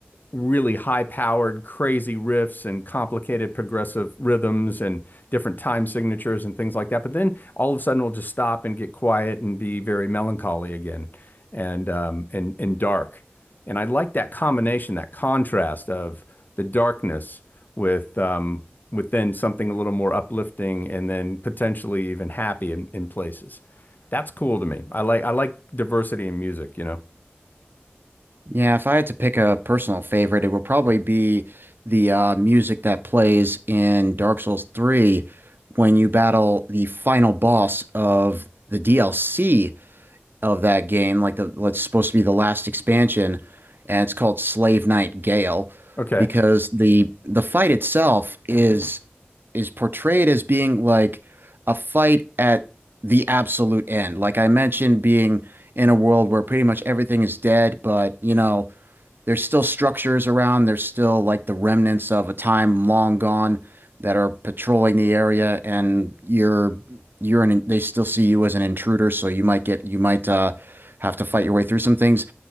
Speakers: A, on the left (about 50°); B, on the right (about 60°).
A: really high-powered, crazy riffs and complicated progressive rhythms and different time signatures and things like that. But then all of a sudden, we will just stop and get quiet and be very melancholy again and um, and and dark. And I like that combination, that contrast of the darkness with um, with then something a little more uplifting and then potentially even happy in, in places. That's cool to me. I like I like diversity in music, you know.
B: Yeah, if I had to pick a personal favorite, it would probably be the uh, music that plays in Dark Souls 3 when you battle the final boss of the DLC of that game, like the what's supposed to be the last expansion, and it's called Slave Knight Gale,
A: Okay.
B: because the the fight itself is is portrayed as being like a fight at the absolute end. Like I mentioned, being in a world where pretty much everything is dead, but you know, there's still structures around. There's still like the remnants of a time long gone that are patrolling the area, and you're you're an they still see you as an intruder, so you might get you might uh have to fight your way through some things.